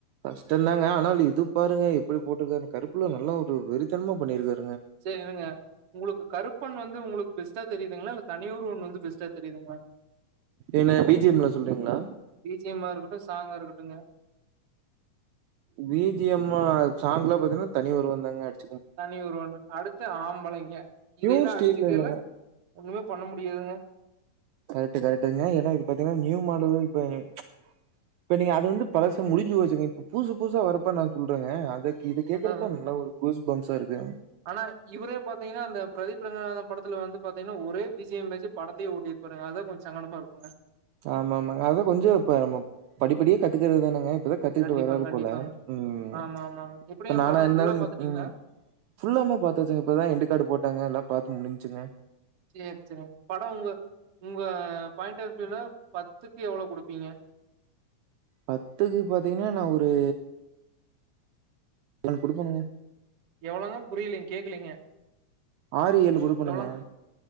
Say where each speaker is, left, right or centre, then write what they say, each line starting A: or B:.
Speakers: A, on the right; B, on the right.
A: கஷ்டந்தாங்க ஆனா இது பாருங்க எப்டி போட்ருக்காருன்னு கருப்புல நல்லா ஒரு வெறித்தன்மா பண்ணிருக்காரு
B: சேரி இருங்க உங்குளுக்கு கருப்பன் வந்து உங்குளுக்கு பெஸ்ட்டா தெரியிதுங்ளா இல்ல தனி ஒருவன் வந்து பெஸ்ட்டா தெரியிதுங்ளா
A: என்ன பிஜிஎம்ல சொல்றீங்களா?
B: பி ஜி எம் மா இருக்கட்டு சாங்கா இருக்கட் டுங்க
A: பி ஜி எம் மு, சாங்கெல்லா பாத்தீன்னா தனி ஒருவன் தாங்க அடி
B: தனி ஒருவனு, அடுத்து ஆம்பளைங்க இதயெல்லா
A: நியூ ஸ்டீல்
B: அடிச்சிக்கெல்லா
A: இல்லங்க
B: ஒன்னுமே பண்ண முடியாதுங்க
A: கரக்ட்டு கரக்ட்டுங்க ஏனா இது பாத்தீங்னா நியூ மாடல் இப்பங்க இப்ப நீங்க அது வந்து பழசு முடிஞ்சு போச்சுங்க இப்ப புதுசு புதுசா வரப்ப நா சொல்றங்க அது இது கேக்கறப்ப
B: அத
A: நல்லா ஒரு கூஸ் பம்ஸா இருக்கு
B: ஆனா இவரே பாத்தீங்கன்னா அந்த பிரதீப் ரங்கநாதன் படத்துல வந்து பாத்தீங்ன்னா ஒரே பி ஜி எம் வெச்சு படத்தயே ஓட்டீர் பாருங்க அதா கொஞ் சங்கடமா இருக்குங்க
A: ஆமா ஆமாங்க அதா கொஞ்சோ இப்ப நம்ம படிப்படியா கத்துக்கறத் தானங்க இப்பதா கத்துக்கிட்டு
B: கண்டிப்பாங்க
A: வராரு
B: கண்டிப்பாங்க
A: போல ம்
B: ஆமா ஆமாங்க எப்டிங்க
A: இப்ப நானா
B: படோ
A: இர்ந்தாலு
B: ஃபுல்லா பாத்துட்டீங்களா
A: ம் ம் ஃபுல்லாவ்மே பாத்தாச்சுங்க இப்பதா எண்டு கார்டு போட்டாங்க எல்லா பாத்து முடின் ச்சுங்க
B: சேரி சேரிங் படோ உங்க உங்க பாயிண்ட் ஆஃப் வியூல பத்துக்கு எவ்ளோ குடுப்பீங்க
A: பத்துக்கு பாத்தீங்னா நா ஒரு ஒன் குடுப்பனுங்க
B: எவ்ளோங்க புரியலீங் கேக்கலீங்க
A: ஆறு, ஏழு குடுப்பனுங்க
B: எவ்ளோங்